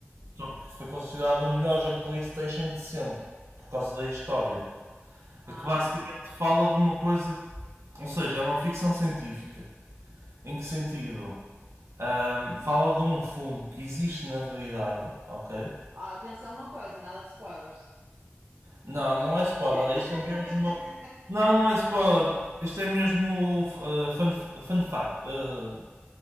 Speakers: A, on the right (about 85°); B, on the right (about 65°).
A: Só que foi considerado o melhor jogo de Playstation de sempre, por causa da história.
B: Ah,
A: Que basicamente fala de uma coisa, ou seja, é uma ficção científica. Em que sentido? Ahm, fala de um fungo que existe na realidade, ok?
B: Ah, atenção a uma coisa, nada de spoilers.
A: Não, não é spoiler,
B: <laughs>
A: isto é mesmo. Não, não é spoiler. Isto é mesmo uh, fun, fun fact. Uh,